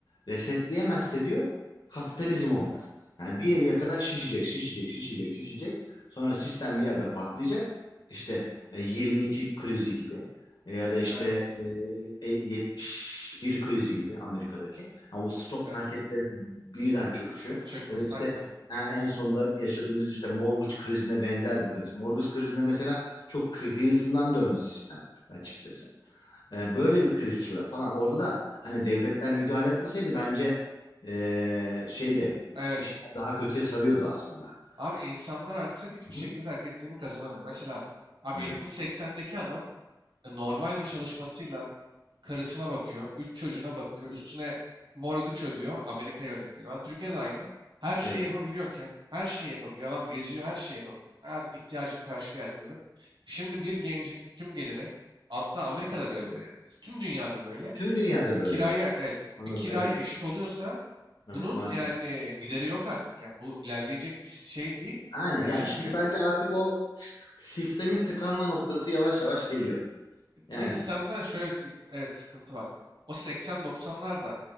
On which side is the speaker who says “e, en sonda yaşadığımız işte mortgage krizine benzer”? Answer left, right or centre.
Left